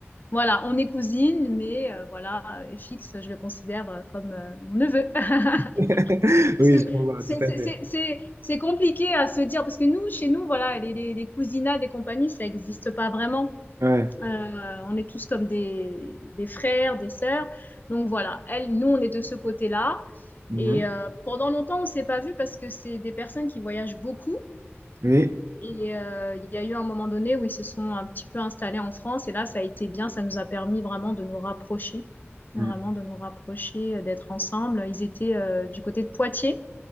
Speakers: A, on the left; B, on the right.
A: Voilà, on est cousines, mais euh, voilà, euh, FX, je le considère euh, comme euh, mon neveu. <laughs> Parce
B: <laughs> Oui,
A: que
B: je comprends,
A: c'est
B: tout
A: c'est-
B: à fait.
A: c'est- c'est- c'est compliqué à se dire, parce que nous, chez nous, voilà, les, les, les cousinats des compagnies, ça n'existe pas vraiment.
B: Ouais.
A: Euh, on est tous comme des, des frères, des sœurs. Donc voilà, elle, nous, on est de ce côté-là.
B: Mhm.
A: Et euh, pendant longtemps, on s'est pas vus parce que c'est des personnes qui voyagent beaucoup.
B: Oui.
A: Et euh, il y a eu un moment donné où ils se sont un petit peu installés en France. Et là, ça a été bien. Ça nous a permis vraiment de nous rapprocher. Vraiment
B: Mhm.
A: de nous rapprocher, euh, d'être ensemble. Ils étaient euh, du côté de Poitiers.